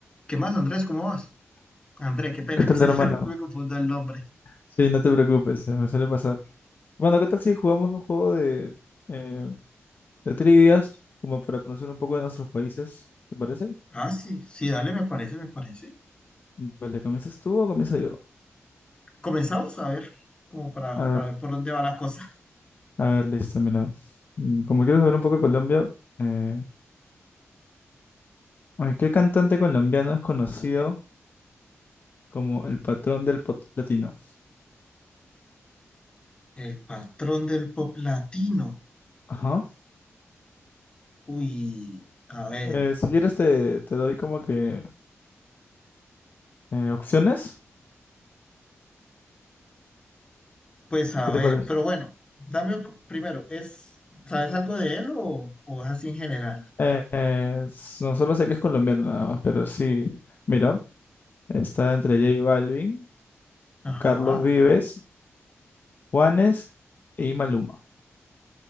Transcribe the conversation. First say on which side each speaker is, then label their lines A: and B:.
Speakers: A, on the left; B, on the left.
A: ¿Qué más, Andrés? ¿Cómo vas? Andrés, qué pena,
B: ¿Qué tal,
A: <laughs> siempre
B: hermano?
A: me confundo el nombre.
B: Sí, no te preocupes, eh, me suele pasar. Bueno, ¿qué tal si jugamos un juego de, eh, de trivias, como para conocer un poco de nuestros países? ¿Te parece?
A: Ah, sí, sí, dale, me parece, me parece.
B: Vale, ¿comienzas tú o comienzo yo?
A: Comenzamos a ver, como para,
B: A ver,
A: para ver por dónde va la cosa.
B: a ver, listo, mira. Mm, Como quiero saber un poco de Colombia, eh, ay, ¿qué cantante colombiano es conocido como el patrón del pop latino?
A: El patrón del pop latino.
B: Ajá.
A: Uy, a ver,
B: Eh, si quieres te, te doy como que eh, opciones.
A: pues a
B: ¿Qué
A: ver,
B: te parece?
A: pero bueno, dame primero, ¿es, sabes algo de él o, o es así en general?
B: Eh, eh, s- no solo sé que es colombiano nada más, pero sí. Mira. Está entre J Balvin,
A: Ajá.
B: Carlos Vives, Juanes y Maluma.